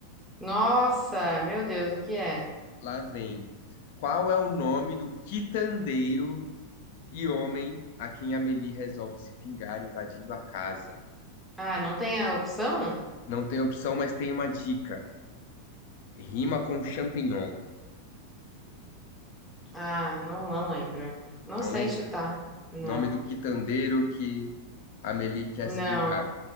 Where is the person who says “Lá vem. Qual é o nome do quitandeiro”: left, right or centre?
Left